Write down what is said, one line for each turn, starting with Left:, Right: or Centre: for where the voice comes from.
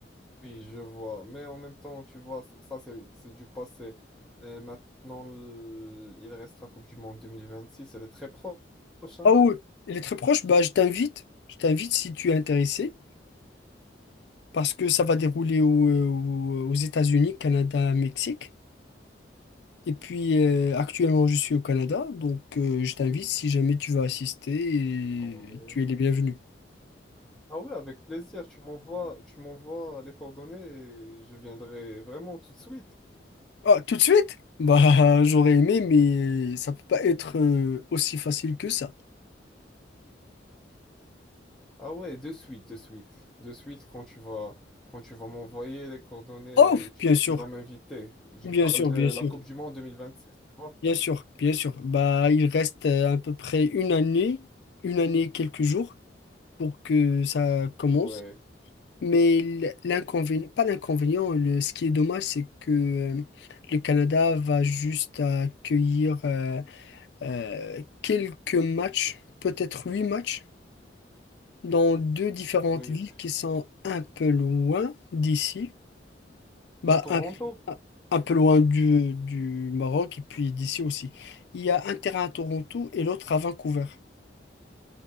Centre: Oui, je vois. Mais en même temps, tu vois, ça, ça, c'est c'est du passé. Et maintenant, l- il reste la Coupe du Monde 2026. Elle est très proche, hein.
Left: Ah oui, il est très proche, bah je t'invite, je t'invite si tu es intéressé. parce que ça va dérouler au- au- aux États-Unis, Canada, Mexique. Et puis euh, actuellement, je suis au Canada, donc euh, je t'invite si jamais tu veux assister, et
Centre: Ah ouais.
Left: tu es les bienvenus.
Centre: Ah ouais, avec plaisir. Tu m'envoies, tu m'envoies les coordonnées et je viendrai vraiment tout de suite.
Left: Ah, tout de suite? Bah, <laughs> j'aurais aimé, mais ça peut pas être euh, aussi facile que ça.
Centre: Ah ouais, de suite, de suite. De suite, quand tu vas, quand tu vas m'envoyer les coordonnées,
Left: Oh,
Centre: tu,
Left: bien sûr,
Centre: tu vas m'inviter. Je
Left: bien
Centre: parle
Left: sûr,
Centre: de
Left: bien
Centre: la
Left: sûr,
Centre: Coupe du Monde 2026, tu vois?
Left: bien sûr, bien sûr. Bah, il reste euh, à peu près une année, une année et quelques jours pour que ça commence.
Centre: Ouais,
Left: Mais l- l'inconvénient, pas l'inconvénient, le- ce qui est dommage, c'est que euh, le Canada va juste accueillir euh, euh, quelques matchs, peut-être huit matchs, dans deux différentes
Centre: oui.
Left: villes qui sont un peu loin d'ici, bah,
Centre: Toronto?
Left: un, un- un peu loin du, du Maroc et puis d'ici aussi. Il y a un terrain à Toronto et l'autre à Vancouver.